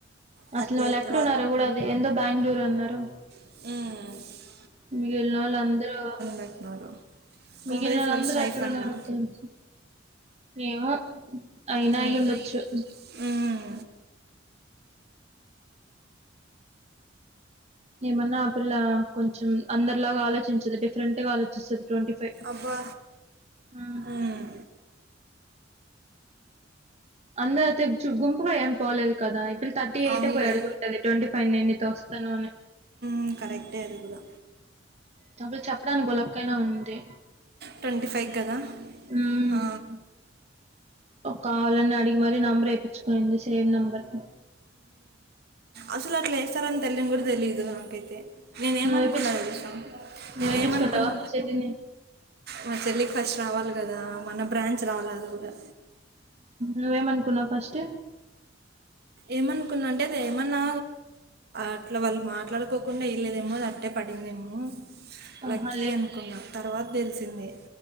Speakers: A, on the right (about 55°); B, on the right (about 35°).
A: థర్టీ
B: అసలు వాళ్ళు
A: ఎయిట్
B: ఎక్కడున్నారో
A: వా
B: గూడా అది ఎందో బెంగ్ళూర్ అన్నారు.
A: హ్మ్
B: మిగిల్నోల్ అందరు
A: పెట్టినారు కొంపదీస్
B: మిగిల్నోల్
A: వాళ్ళు
B: అందరు
A: స్టైఫండా
B: ఎక్కడున్నారో తెల్సు ఏమో అయినా
A: ఉమ్,
B: అయ్యిండొచ్చు
A: ఉమ్,
B: ఏమన్నా ఆ పిల్ల కొంచెం అందర్లాగా ఆలోచించదు డిఫరెంట్ గా ఆలోచిస్తది ట్వంటీ ఫైవ్
A: అబ్బా
B: హ్మ్
A: ఉమ్,
B: అంద తేచ్చుగుంపుగా ఏం పోలేదు కదా ఇప్పుడు తర్టీ ఎయిటే
A: అవునులే
B: పోయి అడుగుంటది ట్వంటీ ఫైవ్ నేన్ నీతో వస్తాను అని
A: హ్మ్ కరెక్టే అది గూడా
B: డపుల్ చెప్పడానికి గొలాక్కైనా ఉంది
A: ట్వంటీ ఫైవ్ కదా
B: మ్మ్
A: ఆ
B: కావాలని అడిగి మరి నెంబర్ ఎపిచ్చుకొయింది సేమ్ నెంబర్
A: అసల్ అట్లా ఎస్తార్ అని తేలియన్ గూడ తేలిదు నాకైతే నేనేమనుకున్నా
B: నువ్వు ఏపిచ్చు
A: తెల్సా
B: నువ్వు
A: నేనేమనుకున్
B: ఏపిచ్చుకుంటావా మీ చెల్లిని
A: మా చెల్లికి ఫస్ట్ రావాలి గదా మన బ్రాంచ్ రావాలి గుదా
B: నువ్వేమనుకున్నావ్ ఫస్టు
A: ఏమనుకున్న అంటేఅది ఏమన్నా అట్లా వాళ్ళు మాట్లాడుకోకుండా లేదేమో అది అట్టే పడిందేమో
B: ఆహా
A: లక్కీ అనుకున్నా తర్వాత తెలిసింది